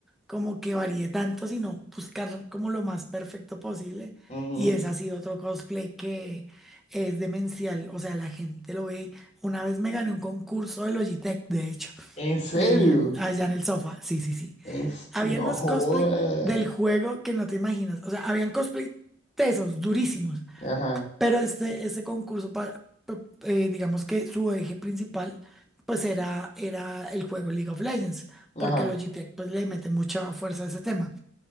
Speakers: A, in the centre; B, on the left.
A: como que varíe tanto, sino buscar como lo más perfecto posible.
B: Ujú.
A: Y es así otro cosplay que es demencial. O sea, la gente lo ve. Una vez me gané un concurso de Logitech, de hecho,
B: ¿En serio?
A: eh, allá en el sofá. Sí, sí, sí.
B: En s-
A: Habían
B: No
A: unos
B: jodas.
A: cosplay del juego que no te imaginas. O sea, habían cosplay tesos, durísimos.
B: Ajá.
A: Pero este, este concurso, pa- pa- eh, digamos que su eje principal, pues era, era el juego League of Legends,
B: Ajá.
A: porque los GTEC pues, le mete mucha fuerza a ese tema.